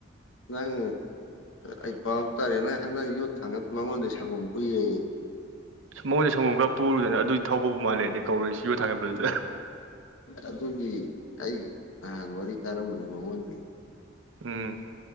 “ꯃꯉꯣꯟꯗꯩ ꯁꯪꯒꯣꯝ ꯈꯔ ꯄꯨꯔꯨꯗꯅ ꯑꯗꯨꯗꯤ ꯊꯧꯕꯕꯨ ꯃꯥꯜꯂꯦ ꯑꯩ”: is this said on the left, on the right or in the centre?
Right